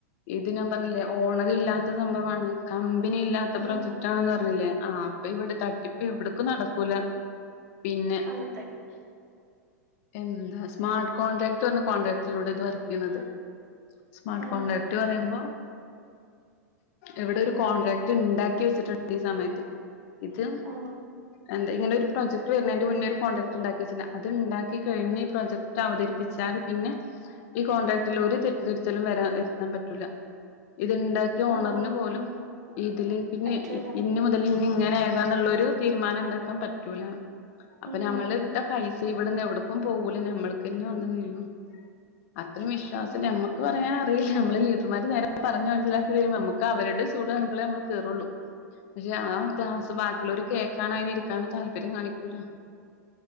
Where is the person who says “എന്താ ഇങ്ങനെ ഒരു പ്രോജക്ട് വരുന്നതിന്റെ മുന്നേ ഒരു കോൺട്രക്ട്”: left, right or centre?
Left